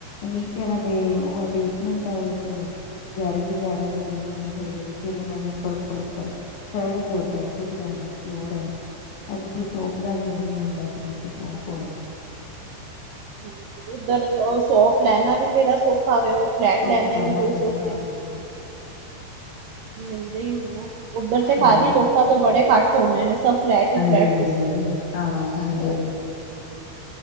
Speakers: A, on the left (about 60°); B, on the right (about 75°).
A: ਨੀਚੇ ਏਨਾ ਦੇ ਉਹ ਹੈ ਬੇਸਮੈਂਟ ਹੈ ਉਹਦੇ ਚ ਗੈਰੇਜ ਵਗੈਰਾ ਗੱਡੀਆਂ ਗੁੱਡੀਆਂ ਖੜੇ ਗਏ ਫਰ ਇਹਨਾਂ ਦੇ ਉੱਪਰ-ਉੱਪਰ-ਉੱਪਰ ਠਰਡ ਫਲੋਰ ਤੇ ਆ ਰਹਿੰਦੇ ਫਲੋਰ ਅ <unintelligible> ਕੋਈ ਸ਼ੋਪ ਦਾ ਵੀ ਉਹਨੂੰ ਹੀ ਹੁੰਦਾ ਕਿ ਨੀਚੇ ਸ਼ੋਪ ਹੋਏ
B: ਹਾਂਜੀ ਉੱਧਰ ਸ਼ੋਪ ਲੈਣਾ ਵੀ ਕਿਹੜਾ ਸੌਖਾ ਵ, ਉਹ ਫਲੈਟ
A: ਸੌਖਾ
B: ਲੈਣੇ ਵੀ ਕੋਈ
A: ਹੈਗਾ
B: ਸੌਖੇ
A: ਹਾਂਜੀ
B: ਨਹੀਂ ਮਿਲਦੇ ਹੀ ਨੀ ਨਾ। ਉੱਧਰ ਤੇ
A: ਹਾਂ
B: ਘਰ ਹੀ ਲੋਕਾਂ ਦੇ ਬੜੇ ਘੱਟ ਹੋਣੇ ਨੇ, ਸਭ ਫਲੈਟ ਹੀ
A: ਹਾਂਜੀ
B: ਫਲੈਟ
A: ਹਾਂਜੀ
B: ਸਿਸ
A: ਹਾਂਜੀ ਹਾਂ ਹ